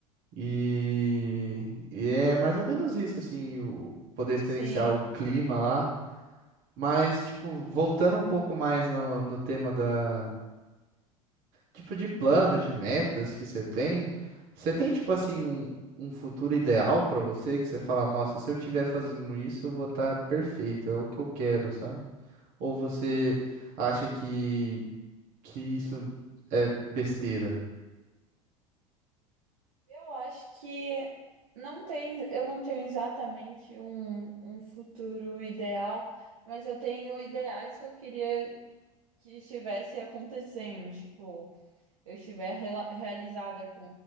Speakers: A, on the right; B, on the right.
A: E, e é mais ou menos isso, assim, o, poder experienciar
B: sim.
A: o clima lá. Mas, tipo, voltando um pouco mais no, no tema da, tipo de planos, de metas que você tem? Você tem, tipo assim, um, um futuro ideal pra você que você fala, nossa, se eu tiver fazendo isso, eu vou estar perfeito, é o que eu quero, sabe? Ou você acha que, que isso é besteira?
B: Eu acho que não tem, eu não tenho exatamente um, um futuro ideal, mas eu tenho ideais que eu queria que estivesse acontecendo, tipo. eu estiver rela- realizada com